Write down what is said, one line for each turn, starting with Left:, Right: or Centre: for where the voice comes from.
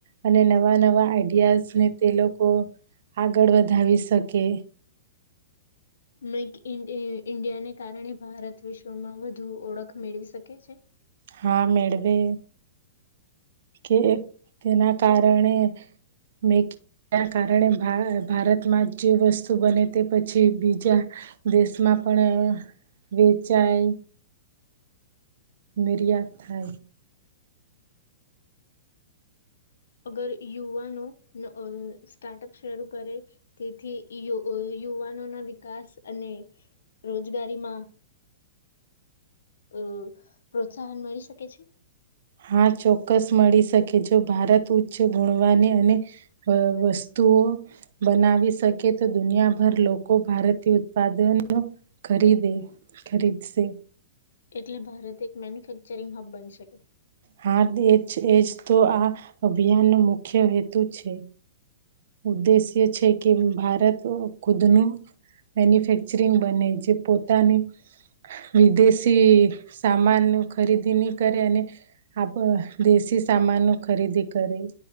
Right: અને નવા નવા આઈડિયાઝને તે લોકો આગળ વધાવી શકે.
Left: મેક ઇન ઈન્ડિયાને કારણે ભારત વિશ્વમાં વધુ ઓળખ મેળવી શકે છે.
Right: હા મેળવે. કે તેના કારણે મેક ના કારણે ભારતમાં જે વસ્તુ બને તે પછી બીજા દેશમાં પણ વેચાય નિર્યાત થાય.
Left: અગર યુવાનો આ સ્ટાર્ટઅપ શરૂ કરે તેથી યુવાનો ના વિકાસ અને રોજગારીમાં અ પ્રોત્સાહન મળી શકે છે.
Right: હા ચોક્કસ મળી શકે જો ભારત ઉચ્ચ ગુણવાની અને વસ્તુઓ બનાવી શકે તો દુનિયાભર લોકો ભારતી ઉત્પાદનો ખરીદે ખરીદશે.
Left: એટલે ભારત એક મેન્યુફેક્ચરિંગ હબ બનશે.
Right: હાર એચ એચ તો આ અભિયાનનો મુખ્ય હેતુ છે. ઉદ્દેશ્ય છે કે ભારત ખુદનું મેન્યુફેક્ચરિંગ બને જે પોતાની વિદેશી સામાન ન ખરીદી નહી કરે અને આપ દેશી સામાન ન ખરીદી કરે